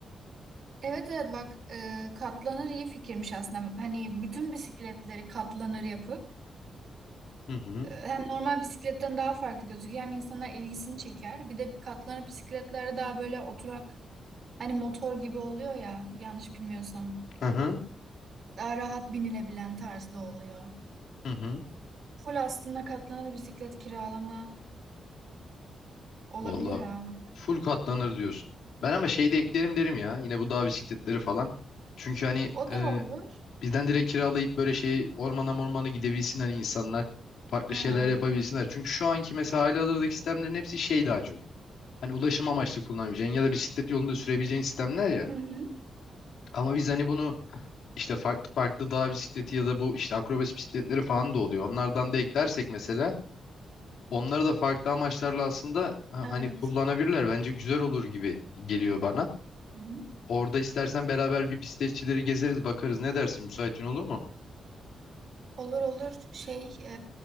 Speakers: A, on the right (about 60°); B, on the left (about 75°).
A: evet evet bak e, katlanır iyi fikirmiş aslında. Hani bütün bisikletleri katlanır yapıp
B: Hı hı.
A: e, hem normal bisikletten daha farklı gözüküyor hem insana ilgisini çeker. Bir de katlanır bisikletlere daha böyle oturak Hani motor gibi oluyor ya yanlış bilmiyorsam.
B: Hı hı.
A: Daha rahat binilebilen tarzda oluyor.
B: Hı hı.
A: Full aslında katlanır bisiklet kiralama olabilir
B: Vallahi
A: ha. bak.
B: full katlanır diyorsun. Ben ama şey de eklerim derim ya. Yine bu dağ bisikletleri falan. Çünkü hani
A: O
B: e,
A: da olur.
B: bizden direkt kiralayıp böyle şey ormana mormana gidebilsin hani insanlar. Farklı
A: Ha.
B: şeyler yapabilsinler. Çünkü şu anki mesela halihazırdaki sistemlerin hepsi şey daha çok. Hani ulaşım amaçlı kullanabileceğin ya da bisiklet yolunda sürebileceğin sistemler ya.
A: Hı hı.
B: Ama biz hani bunu işte farklı farklı dağ bisikleti ya da bu işte akrobasi bisikletleri falan da oluyor. Onlardan da eklersek mesela Onları da farklı amaçlarla aslında ha-
A: Evet.
B: hani kullanabilirler. Bence güzel olur gibi geliyor bana.
A: Hı hı.
B: Orada istersen beraber bir bisikletçileri gezeriz, bakarız. Ne dersin? Müsaitin olur mu?
A: Olur olur şey e,